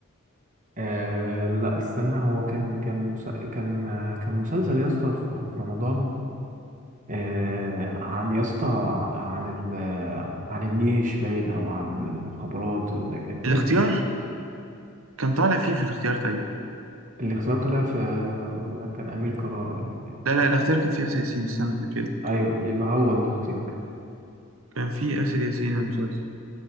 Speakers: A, on the right (about 35°); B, on the right (about 70°).
A: آه لا استنى هو كان كان مس... كان آه، كان مسلسل يا اسطى في في رمضان آه
B: مم.
A: عن يا اسطى عن ال... آه، عن الجيش باين او عن المخابرات ولا كان ايه
B: الاختيار
A: مش
B: كان طالع فيه في الاختيار تقريبا
A: اللي اختيار طلع في ولا كان امير كرارة ولا
B: لا لا الاختيار كان فيه آسر ياسين استنى كده
A: ايوه يبقى هو الاختيار
B: كان فيه آسر ياسين المسلسل